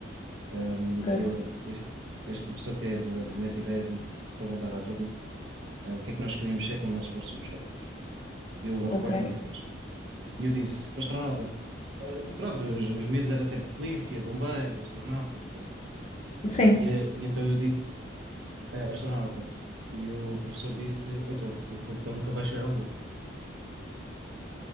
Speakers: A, on the right (about 65°); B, on the left (about 35°).
A: um,
B: ok,
A: ele, este, este professor teve a brilhante ideia de, de perguntar à turma, uh, o que é que nós queríamos ser quando nós fôssemos grandes. Eu, eu
B: ok.
A: recordo-me até hoje. E eu disse, astronauta. Uh, pronto, os, os medos era sempre polícia, bombeiro, astronauta, o que fosse.
B: Sim,
A: E, uh, e então eu disse, "Ah, astronauta. E o professor disse, então o foguetão nunca vai chegar à Lua.